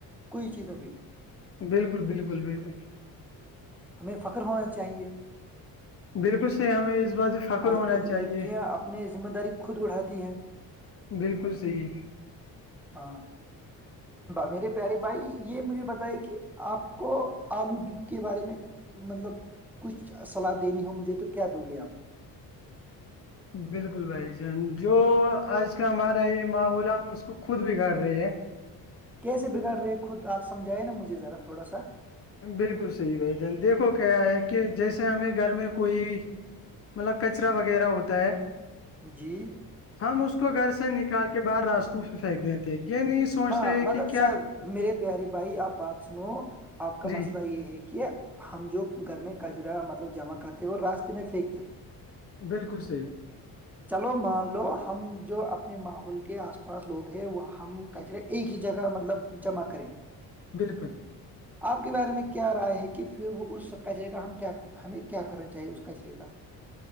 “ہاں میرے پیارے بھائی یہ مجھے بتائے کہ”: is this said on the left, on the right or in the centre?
Centre